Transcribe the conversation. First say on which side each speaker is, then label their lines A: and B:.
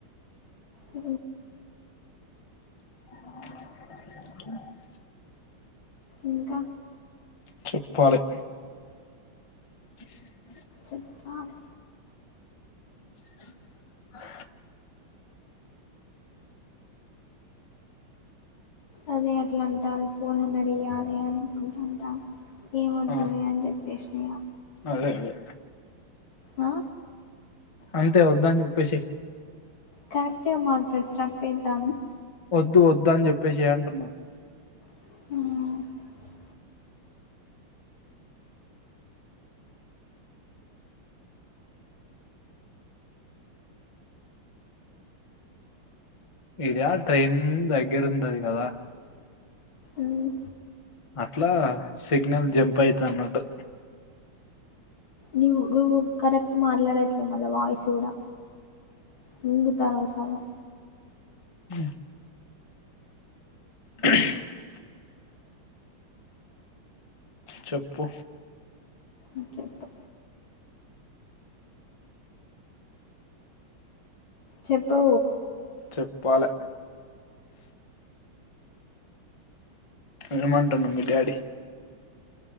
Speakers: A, on the left; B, on the left.
A: అ
B: నీటి శబ్ధం
A: ఇంకా
B: చెప్పాలే బైక్ శబ్దం
A: చెప్పాలి
B: ఏదో శబ్దం
A: అదే అట్లా అంటారు ఫోర్ హండ్రెడ్ ఇయ్యాలే అని అనుకుంటుంటా ఏం వద్దులే
B: ఆ
A: అని చె వేసినిగా
B: అదే అదే
A: ఆ
B: అంతే వద్దని చెప్పే సై
A: కరెక్ట్ గా మాట్లాడు స్ట్రాక్ అయితాంది
B: వద్దు వద్దు అని చెప్పేసై అంటున్నా
A: <inaudible>
B: ఇరా ట్రైన్ దగ్గర ఉంటాది కదా
A: మ్మ్
B: అట్లా సిగ్నల్ జంప్ అయితన్నట్టు
A: నువ్వు నువ్వు కరెక్ట్ మాట్లాడట్లే మళ్ళా వాయిస్ కూడా మింగుతావు అనవసరంగా
B: ఆ శబ్దం చెప్పు
A: ఓకే పా చెప్పు
B: చెప్పాలే ఏ మంటాండు మీ డాడీ